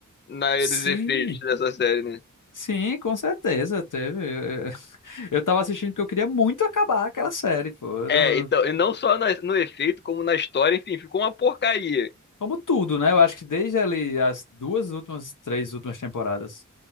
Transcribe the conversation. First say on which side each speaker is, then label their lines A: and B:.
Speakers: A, on the left (about 35°); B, on the left (about 85°).
A: na,
B: Sim.
A: nos efeitos dessa série, né?
B: Sim, com certeza, teve. Eu <laughs> eu tava assistindo porque eu queria muito acabar aquela série, pô. Eu
A: É,
B: não-
A: então, e não só na- no efeito, como na história, enfim, ficou uma porcaria.
B: Como tudo, né? Eu acho que desde ali as duas últimas, três últimas temporadas.